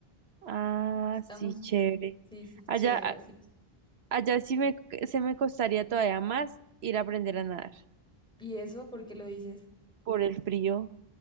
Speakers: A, on the right; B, in the centre.
A: Ah,
B: Estamos.
A: sí, chévere.
B: Sí, sí,
A: Allá,
B: chévere,
A: a-
B: así.
A: allá sí me, se me costaría todavía más ir a aprender a nadar
B: ¿Y eso por qué lo dices?
A: por el frío.